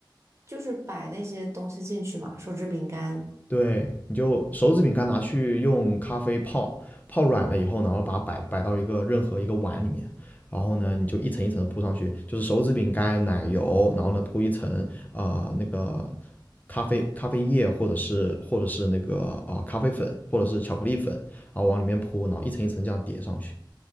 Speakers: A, on the right; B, on the left.
A: 就是摆那些东西进去嘛，手指饼干。
B: 对，你就手指饼干拿去用咖啡泡，泡软了以后，然后把它摆摆到一个任何一个碗里面，然后呢，你就一层一层的铺上去，就是手指饼干、奶油，然后呢铺一层呃那个咖啡咖啡液或者是或者是那个啊、呃咖啡粉或者是巧克力粉，然后往里面铺，然后一层一层这样叠上去。